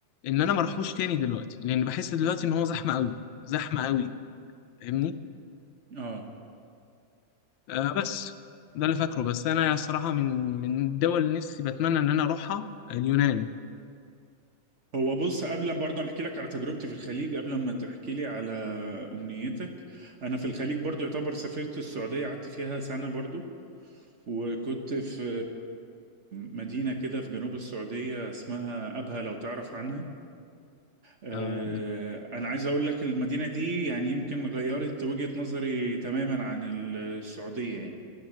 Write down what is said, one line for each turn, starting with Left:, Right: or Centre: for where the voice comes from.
Left: إن أنا ما اروحوش تاني دلوقتي لأن بحس دلوقتي إن هو زحمة أوي زحمة أوي فاهمني
Right: اه
Left: آه بس ده اللي فاكره بس انا الصراحه من من الدول اللي نفسي بتمنى ان انا اروحها اليونان
Right: هو بص قبل ما برضه أنا احكي لك على تجربتي في الخليج قبل ما تحكي لي على امنيتك انا في الخليج برضه يعتبر سافرت السعوديه قعدت فيها سنه برضه وكنت في مدينه كده في جنوب السعوديه اسمها ابها لو تعرف عنها آه،
Left: آه
Right: انا عايز اقول لك المدينه دي يعني يمكن غيرت وجهه نظري تماما عن السعوديه يعني